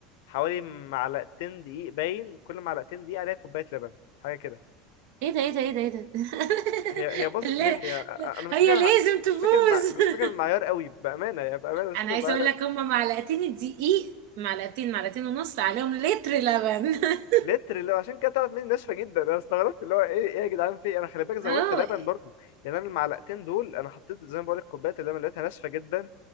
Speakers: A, on the left; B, on the right.
A: حوالي معلقتين دقيق باين كل معلقتين دقيق عليها كوبايه لبن حاجه كده
B: ايه ده ايه ده ايه ده ايه ده <laughs>
A: هي هي باظت
B: لا
A: مني انا
B: لا
A: مش
B: هي
A: فاكر
B: لازم تفوز
A: مش فاكر المع... مش
B: <laughs>
A: فاكر المعيار قوي بامانه يعني بامانه مش
B: انا
A: فاكر
B: عايزه
A: المعيار
B: اقول
A: قوي
B: لك هما معلقتين الدقيق معلقتين معلقتين ونص عليهم لتر لبن <laughs>
A: لتر اللي هو عشان كده طلعت مني ناشفه جدا انا استغربت اللي هو ايه ايه يا جدعان في إيه؟ انا خلي بالك زودت
B: اه
A: لبن برضو يعني انا المعلقتين دول انا حطيت زي ما بقول لك كوبايه اللبن لقيتها ناشفه جدا